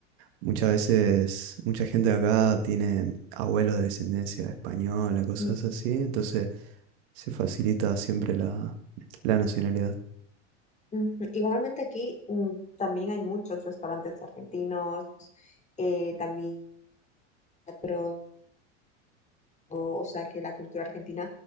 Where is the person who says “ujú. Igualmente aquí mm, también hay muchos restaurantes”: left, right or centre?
Left